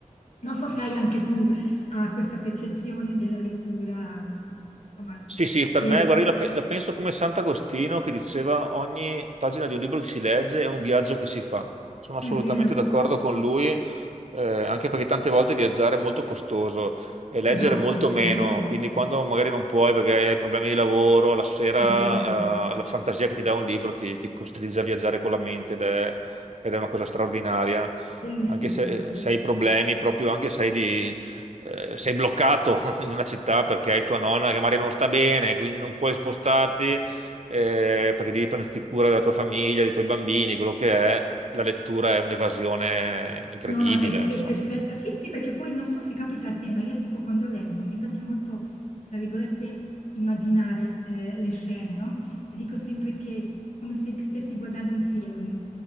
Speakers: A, on the left; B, on the right.
A: Non so se hai anche tu ah, questa percezione della lettura, mh, insomma,
B: Sì, sì, per
A: che
B: me, guarda, io la, pe- la penso come Sant'Agostino che diceva ogni pagina di un libro che si legge è un viaggio che si fa. Sono
A: è
B: assolutamente
A: vero,
B: d'accordo con lui, eh, anche perché tante volte viaggiare è molto costoso e leggere
A: esatto,
B: molto meno,
A: vero,
B: quindi quando magari non puoi perché hai problemi di lavoro, la sera,
A: è vero,
B: eh, la fantasia che ti dà un libro ti, ti costringe a viaggiare con la mente ed è, ed è una cosa straordinaria,
A: bellissimo
B: anche se,
A: proprio.
B: se hai problemi, proprio anche se hai di eh, sei bloccato <laughs> in una città perché hai tua nonna che magari non sta bene, quindi non puoi spostarti eh, perché devi prenderti cura della tua famiglia, dei tuoi bambini, quello che è. La lettura è un'evasione incredibile,
A: No, no, è, è
B: insomma.
A: perfetta. Sì, sì, perché poi non so se capita a te, ma io tipo quando leggo mi piace molto, tra virgolette, immaginare eh, le scene, no? E dico sempre che è come se stessi guardando un film.